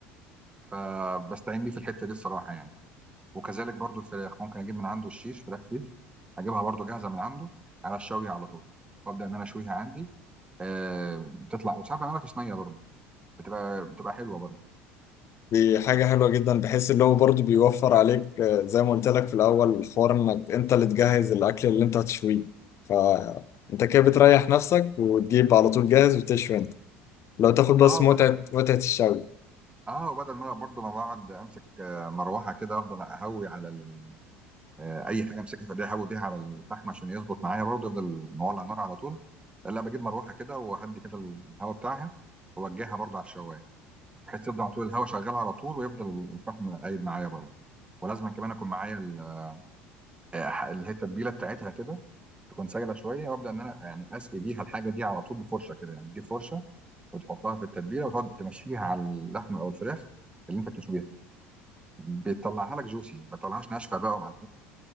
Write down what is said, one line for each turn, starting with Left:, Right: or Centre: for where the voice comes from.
Right: فبستعين بيه في الحته دي الصراحه يعني وكذلك برضو الفراخ ممكن اجيب من عنده الشيش فراخ شيش اجيبها برضو جاهزه من عنده على الشوي على طول وابدا ان انا اشويها عندي آه بتطلع وساعات بعملها في صينيه برضو بتبقى بتبقى حلوه برضو
Left: دي حاجة حلوة جدا بحيث اللي هو برضه بيوفر عليك آه، زي ما قلت لك في الأول الحوار إنك أنت اللي تجهز الأكل اللي أنت هتشويه فأنت كده بتريح نفسك وتجيب على طول جاهز وتشوي أنت لو تاخد بس
Right: اه
Left: متعة
Right: وبدل
Left: متعة الشوي
Right: اه وبدل ما برضو ما بقعد امسك آه، مروحه كده افضل اهوي على ال آه، اي حاجه امسكها في ايديا احاول بيها على الفحم عشان يظبط معايا برضه يفضل مولع النار على طول لا بجيب مروحه كده وهدي كده الهواء بتاعها واوجهها برضه على الشوايه بحيث تفضل على طول الهواء شغال على طول ويفضل الفحم قايم معايا برضه ولازم كمان اكون معايا ال- آه، اللي هي التتبيله بتاعتها كده تكون سايله شويه وابدا ان انا يعني اسقي بيها الحاجه دي على طول بفرشه كده يعني تجيب فرشه وتحطها في التتبيله وتقعد تمشيها على اللحم او الفراخ اللي انت بتشويها بتطلعها لك جوسي ما تطلعهاش ناشفه بقى ومع